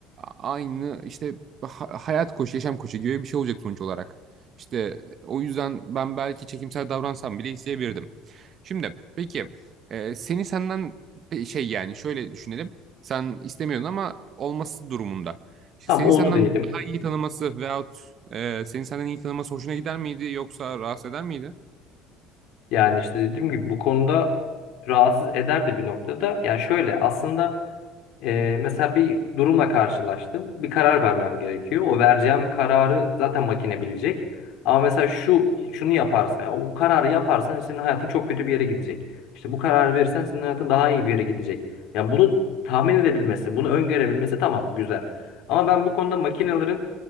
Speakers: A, on the right (about 45°); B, on the left (about 65°).
A: aynı işte ha- hayat koçu, yaşam koçu gibi bir şey olacak sonuç olarak. İşte o yüzden ben belki çekimsel davransam bile isteyebilirdim. Şimdi peki e, seni senden pe- şey yani şöyle düşünelim. Sen istemiyordun ama olması durumunda. İşte
B: Tamam
A: seni
B: oldu
A: senden
B: diyelim.
A: daha iyi tanıması veyahut e, seni senden iyi tanıması hoşuna gider miydi yoksa rahatsız eder miydi?
B: Yani işte dediğim gibi bu konuda rahatsız eder de bir noktada. Yani şöyle aslında ee, mesela bir durumla karşılaştım. Bir karar vermem gerekiyor. O vereceğim kararı zaten makine bilecek. Ama mesela şu şunu yaparsan, yani o kararı yaparsan senin hayatın çok kötü bir yere gidecek. İşte bu kararı verirsen senin hayatın daha iyi bir yere gidecek. Yani bunu tahmin edebilmesi, bunu öngörebilmesi tamam güzel. Ama ben bu konuda makinelerin